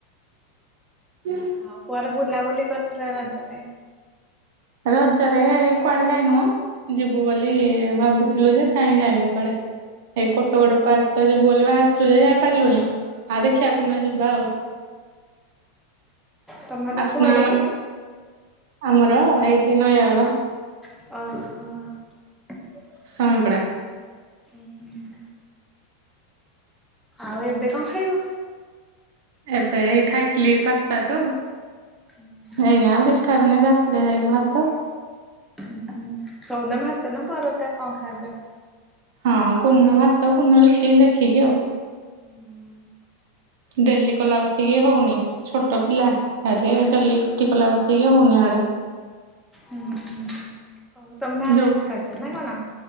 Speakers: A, on the right (about 65°); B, in the centre.
A: <unintelligible>
B: ଆଉ କୁଆର ବୁଲାବୁଲି କରିଥିଲ ରଜରେ?
A: ରଜ ରେ କୁଆଡେ ଯାଇନୁ ମୋ। ଯିବୁ ବୋଲି ଭାବୁଥିଲୁ ଯେ କାଇଁ ଯାଇନୁ କୁଆଡେ। ଏଇ କୋଟଗୋଡ ପାର୍କ ତ ଯିବୁ ବୋଲି ବାହାରିଥିଲୁ ଯେ ଯାଇ ପାରିଲୁନି। ଆଉ ଦେଖିଆ କୋଉ ଦିନ ଯିବା ଆଉ,
B: ତମର
A: ଆସୁନ
B: କୁଆଡେ
A: ଆମ
B: କି?
A: ଆଡେ ଆମର ଏଇଠି ନୟାଗଡ଼।
B: ଓହୋ!
A: ସଅଁପଡ଼ା।
B: ଓ ହଁ। ଆଉ ଏବେ କଣ ଖାଇବ?
A: ଏବେ ଏଇ ଖାଇଥିଲି ପାସ୍ତା ତ।
B: ଓ ହଁ।
A: ହେଇନା, ଆଉ କିଛି ଖାଇବିନି, ରାତିରେ ଯାଇକି ଭାତ।
B: ଅଁ, ହଁ ସବୁଦିନ ଭାତ ନା ପରଟା କଣ ଖାଇଚ?
A: ହଁ, କୋଉନ ଭାତ, କୋଉନ ରୁଟି ଦେଖିକି ଆଉ।
B: ହୁଁ, ହଁ।
A: ଡେଲି କଲା ବସିକି ହଉନି। ଛୋଟ ପିଲା ଆରେ ଡେଲି ରୁଟି କଲା ବସିକି ହଉନି ଆଡେ।
B: ଓହୋ, ତୋମେ ମ୍ୟାରେଜ୍
A: ଯୋଉ
B: କରିଛ ନାଇନ ନା?